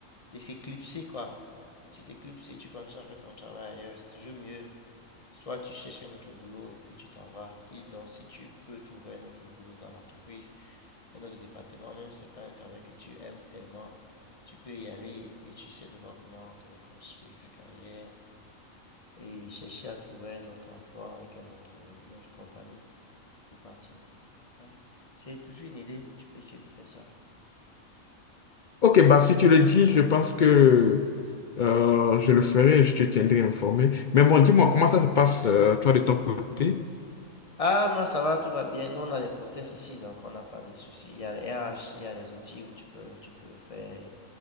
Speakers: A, on the left; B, on the left.
A: de s'éclipser quoi. Tu t'éclipses et tu continues à faire ton travail ailleurs. C'est toujours mieux. Soit tu cherches un autre boulot et puis tu t'en vas. Si, donc, si tu peux trouver un autre boulot dans l'entreprise, un autre département, même si ce n'est pas un travail que tu aimes tellement, tu peux y aller et puis tu essaies de voir comment te reconstruire ta carrière, Et chercher à trouver un autre emploi avec un autre, une autre compagnie pour partir. Ouais. C'est toujours une idée. Tu peux essayer de faire ça.
B: Ok, bah si tu le dis, je pense que euh, je le ferai, et je te tiendrai informé. Mais bon, dis-moi, comment ça se passe, euh, toi, de ton côté?
A: Ah, moi, ça va, tout va bien. Nous, on a des process ici, donc on n'a pas de soucis. Il y a les RH, il y a les outils où tu peux, tu peux faire,